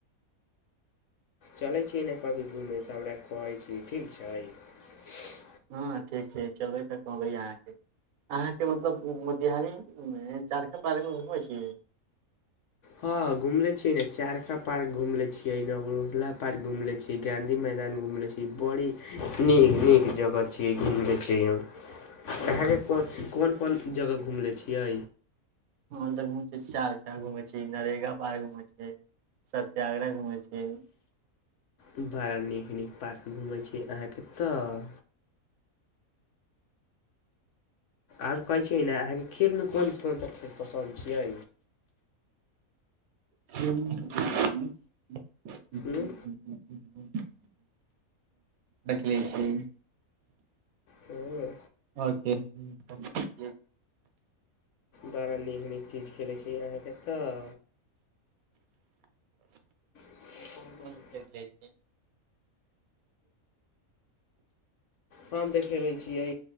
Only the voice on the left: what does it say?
चलै छीये ने कभी घूमे तऽ हमरा कहै छीये ठीक छै।
हँ घुमरे छी। इ ने चारका पार्क घूमले छीये नहूला पार्क घूमले छीे गांधी मैदान घूले छी। ई बड़ी नीक नीक जगह छी। छियै अहाँके कोन कोन जगह घमले छियै।
बड़ा नीक नीक पार्क घुमे छी अहाँ के तऽ आओर कहैत छियै ने, अहाँके खेलमे कोन कोन सा खेल पसन्द छियै?
उँ
हू
बड़ा नीक नीक चीज खेलै छीअहाँके तऽ ह <unintelligible>
हम देखेबै छियै,